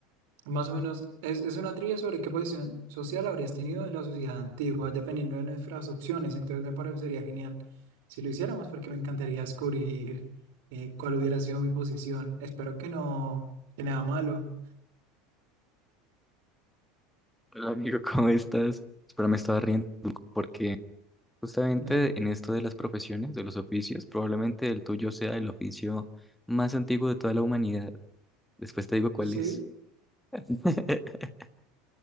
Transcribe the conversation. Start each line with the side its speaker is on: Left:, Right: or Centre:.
Right: más o menos, es, es una trivia sobre qué posición social habrías tenido en la sociedad antigua, dependiendo de nuestras opciones. Entonces me parecería genial si lo hiciéramos, porque me encantaría descubrir eh, cuál hubiera sido mi posición. Espero que no, que nada malo.
Centre: Hola amigo, <laughs> ¿cómo estás? Espero me estaba riendo porque justamente
Right: <laughs>
Centre: en esto de las profesiones, de los oficios, probablemente el tuyo sea el oficio más antiguo de toda la humanidad. Después te digo cuál
Right: Sí,
Centre: es. <laughs>